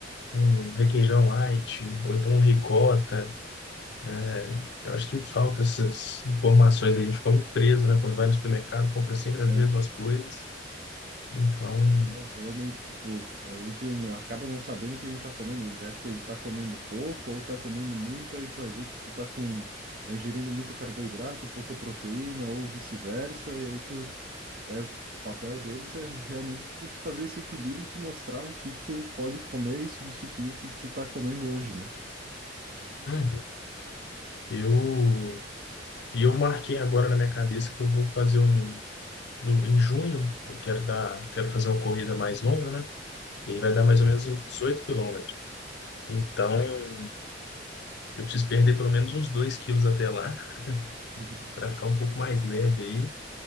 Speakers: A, on the left; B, on the right.
A: um requeijão light, ou então um ricota, né? Eu acho que falta essas informações, aí, a gente fica muito preso, né, quando vai no supermercado, compra sempre as
B: É.
A: mesmas coisas. Então,
B: É, realmente, tipo, a gente não- acaba não sabendo o que a gente tá comendo. A gente acha que a gente tá comendo pouco ou tá comendo muito, aí tu vai ver, tipo, tá com, tá ingerindo muito carboidrato, pouca proteína ou vice-versa, e aí tu É, o papel deles é realmente tipo de fazer esse equilíbrio e te mostrar o que que tu pode comer e substituir o que que tu tá comendo hoje, né?
A: Uhum. eu, e eu marquei agora na minha cabeça que eu vou fazer um no, em junho, eu quero dar, quero fazer uma corrida mais longa, né? E aí vai dar mais ou menos uns 18 quilômetros. Então, eu preciso perder pelo menos uns 2 quilos até lá,
B: <laughs>
A: <laughs> para ficar um pouco mais leve aí.